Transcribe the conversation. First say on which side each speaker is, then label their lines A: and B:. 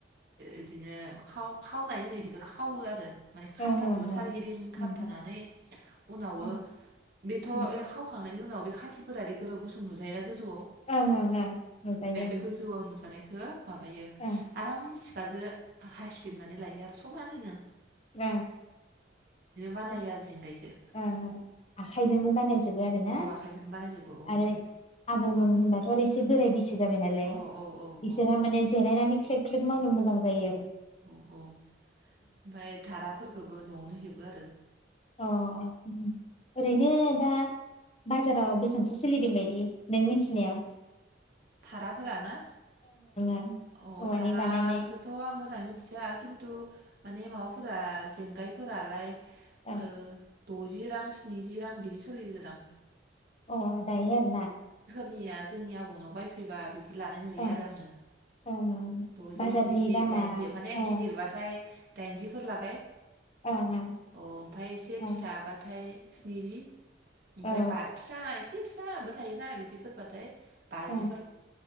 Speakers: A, on the right; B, on the left.
A: इदिनो खाव खावनाय होनो इदिखौ खावो आरो। माने खाबथा
B: ओं ओं
A: जोबो
B: ओं
A: सारिगिदिं
B: उम
A: खाबथानानै उनावो
B: ओं
A: बेथ'
B: उम
A: खावखांनायनि उनाव बे खाथिफोरादि गोलाव गसुं नुजायो ना गोजौयाव
B: ओं ओं ओं नुजायो
A: बे बे
B: ओं
A: गोजौयाव नोजानायखौ हो माबायो
B: ओं
A: आरामसे गाजो हास्लिबनानै लायो आरो खमाननो
B: <unintelligible> उम
A: बानायो
B: ओं
A: आरो जेंगायखौ
B: ओं आखाइजोंबो बानायजोबो आरो ना
A: अ आखाइजोंनो बानायजोबो अ
B: आरो आबौमोन होनबाथ' ओ एसे बोराय बैसो जाबाय नालाय
A: औ औ औ
B: बिसोरहा
A: औ
B: माने जिरायनानै ख्लेब ख्लेब मावनो मोजां जायो आरो
A: अ अ ओमफ्राय थारा फोरखौबो न'आवनो हेबो आरो
B: अ उम उ‌म ओरैनो दा बाजाराव बेसांसो सोलिदों बायदि नों मिनथिनायाव
A: धाराफोरा ना
B: ओं
A: अ
B: औवानि
A: धाराखौथ'
B: बानायनाय
A: आं मोजाङै मि थिया खिन तु माने माबाफोरा जेंगायफोरालाय
B: ओं
A: ओ द'जि रां स्निजि रां बिदि सोलिदोदां
B: अ दायो आरोना
A: निया जोंनि आबौनाव बाय फैबा बि दि लानाय नुयो
B: ओं
A: आरो आङो
B: ओं ओं
A: द'जि
B: बाजारनि
A: स्निजि
B: दामा
A: दाइनजि माने
B: ओं
A: गिदिरबाथाय दाइनजिफोर लाबाय
B: ओं ओं
A: अ ओमफ्राय एसे
B: ओं
A: फिसाबाथाय स्निजि ओमफ्राय
B: औ
A: बा फिसा एसे फिसाबो थायोना बिदिफोरबाथाय बाजि
B: ओं